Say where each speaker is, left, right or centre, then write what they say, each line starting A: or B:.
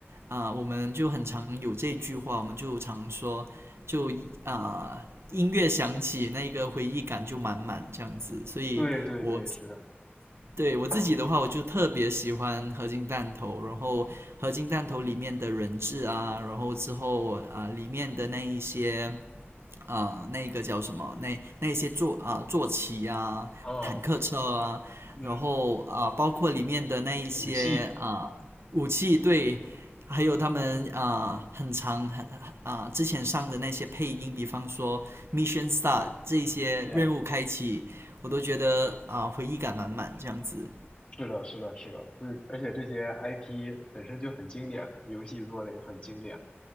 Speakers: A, on the right; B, on the left.
A: 啊、呃我们就很常有这句话，我们就常说，就啊、呃音乐响起，那个回忆感就满满这样子。所以我
B: 对对对，是的，
A: 对我自己的话，我就特别喜欢合金弹头，然后合金弹头里面的人质啊，然后之后啊、呃里面的那一些啊，那个叫什么那那些坐啊、呃坐骑啊、
B: 啊，
A: 坦克车啊，
B: 嗯，
A: 然后啊、呃包括里面的那一些啊、
B: 武器
A: 呃武器对。还有他们啊、呃很长很啊、呃之前上的那些配音，比方说 Mission Start 这一些任务开启，
B: y
A: 我都觉得啊、呃回忆感满满这样子。
B: 是的，是的，是的，是，而且这些 IP 本身就很经典，游戏做的也很经典，